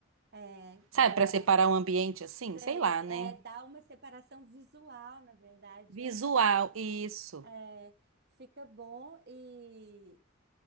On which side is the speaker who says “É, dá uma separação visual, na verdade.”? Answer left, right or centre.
Right